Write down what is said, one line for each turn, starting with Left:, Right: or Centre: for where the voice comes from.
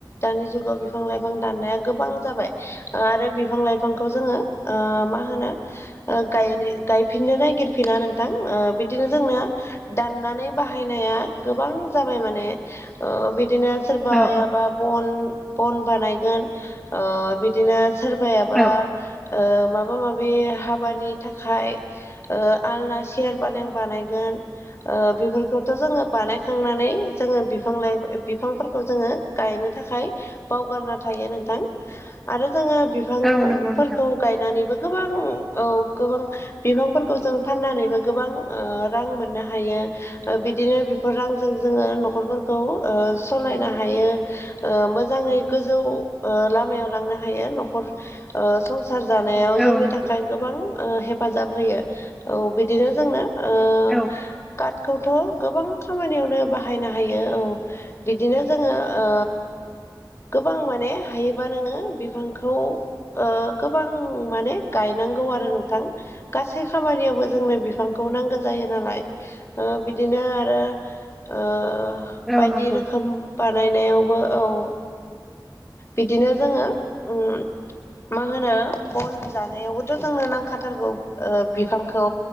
Left: दानि जुगाव बिफां लाइफां दाननाया गोबां जाबाय ओ आरो बिफां लाइफांखौ जोङो ओ मा होनो ओ गायनो गायफिननो नागिरफिना नोंथां ओ बिदिनो जोंनो दाननानै बाहायनाया गोबां जाबाय माने ओ बिदिनो सोरबायाबा
Centre: औ
Left: बन बन बानायगोन ओ बिदिनो सोरबाया बा
Centre: औ
Left: ओ माबा माबि हाबानि थाखाय ओ आलना सियार पालें बानायगोन ओ बेफोर खौथ' जोङो बानायखांनानै जोङो बिफां लाइ बिफांफोरखौ जोङो गायनो थाखाय बावगारना थायो नोंथां आरो जोङो बिफांफोरखौ
Centre: औ नंगौ नोंथां
Left: गायनानैबो गोबां औ गोबां बिफांफोरखौ जों फाननानैबो गोबां ओ रां मोननो हायो। ओ बिदिनो बेफोर रांजों जोङो न'खरफोरखौ ओ सलायनो हायो। ओ मोजाङै गोजौ ओ लामायाव लांनो हायो न'खर ओ संसार जानायाव जोंनि
Centre: औ नंगौ
Left: थाखाय गोबां ओ हेफाजाब होयो औ बिदिनो जोंनो ओ
Centre: औ
Left: काटखौथ' गोबां खामानियावनो बाहायनो हायो औ बिदिनो जोङो ओ गोबां माने हायोबा नोङो बिफांखौ ओ गोबां माने गायनांगौ आरो नोंथां। गासै खामानियावबो जोंनो बिफांखौ नांगो जायो नालाय ओ बिदिनो आरो ओ
Centre: औ
Left: बायदि
Centre: नंगौ
Left: रोखोम बानायनायावबो औ ओ बिदिनो जोङो उम मा होनो बन जानायावबोथ' जोंनो नांखाथारगौ ओ बिफांखौ।